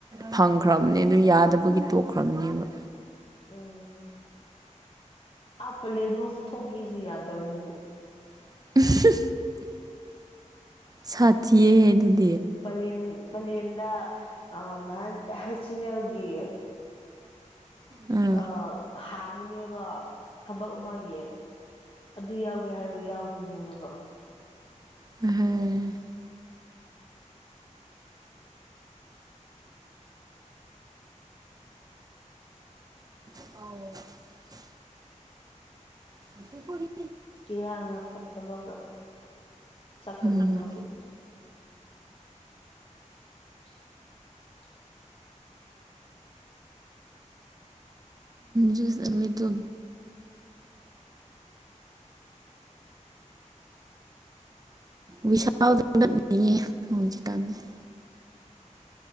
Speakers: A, on the right (about 30°); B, on the left (about 40°).
A: ꯐꯪꯈ꯭ꯔꯕꯅꯦ ꯑꯗꯨ ꯌꯥꯗꯕꯒꯤ ꯇꯣꯛꯈ꯭ꯔꯕꯅꯦꯕ
B: ꯎꯝ ꯑꯥꯞꯄ ꯂꯦꯕꯥꯎꯁꯨ ꯊꯣꯛꯈꯤꯦꯁꯨ ꯌꯥꯗꯕꯗꯨꯕꯨ
A: <inaudible> ꯁꯥꯊꯤꯌꯦ ꯑꯗꯨꯗꯤ
B: ꯄꯂꯌꯦꯟ ꯄꯂꯦꯟꯗ ꯑ ꯅꯍꯥꯟ ꯍꯩꯆ ꯑꯦꯟ ꯑꯦꯜꯒꯤ
A: ꯑꯥ
B: ꯑ ꯍꯥꯡꯃꯤꯅꯦꯕ ꯊꯕꯛ ꯑꯃꯒꯤ ꯑꯗꯨ ꯌꯥꯎꯒꯦ ꯍꯥꯏꯔꯒ ꯌꯥꯎꯒꯨꯅꯨꯑꯕ
A: ꯍꯝ ꯑ ꯎ ꯄꯨ
B: ꯏꯔꯥꯡꯅ ꯐꯠꯇꯕꯒ ꯆꯠꯀꯅꯨ
A: ꯎꯝ
B: ꯍꯥꯏꯕꯗꯨ <inaudible> <inaudible>
A: ꯖꯁꯣꯏ ꯕꯤꯗ ꯎ ꯋꯁꯥꯗ ꯅꯠꯅꯤꯡꯉꯦ ꯍꯧꯖꯤꯛꯀꯥꯟꯁ